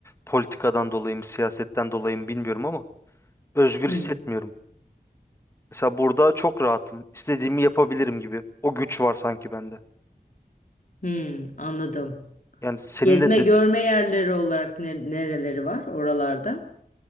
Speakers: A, on the left (about 15°); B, on the left (about 55°).
A: politikadan dolayı mı, siyasetten dolayı mı bilmiyorum ama özgür
B: Hmm,
A: hissetmiyorum. Mesela burada çok rahatım. İstediğimi yapabilirim gibi. O güç var sanki bende.
B: hmm, anladım.
A: Yani senin
B: Gezme
A: de, de-
B: görme yerleri olarak ne- nereleri var oralarda?